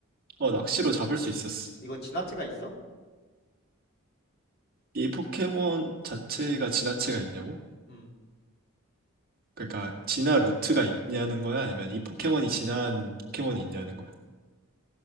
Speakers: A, on the right; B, on the left.
A: 어 낚시로 잡을 수 있었어.
B: 이거 진화체가 있어?
A: 이 포켓몬 자체가 진화체가 있냐고?
B: 음
A: 그러니까 진화 루트가 있냐는 거야? 아니면 이 포켓몬이 진화한 포켓몬이 있냐는 거야?